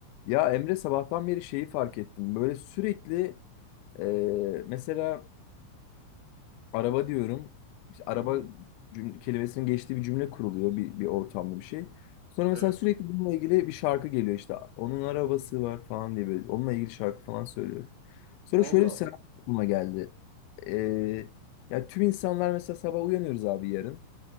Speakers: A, on the left; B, on the right.
A: Ya Emre sabahtan beri şeyi fark ettim. Böyle sürekli e, mesela araba diyorum. İşte araba
B: Hı hı.
A: cümle, kelimesinin geçtiği bir cümle kuruluyor bir, bir ortamda bir şey. Sonra mesela
B: Evet.
A: sürekli bununla ilgili bir şarkı geliyor işte. Onun arabası var falan diye böyle. Onunla ilgili şarkı falan söylüyor. Sonra
B: Allah
A: şöyle bir senaryo
B: Allah.
A: aklıma geldi. E, ya tüm insanlar mesela sabah uyanıyoruz abi yarın.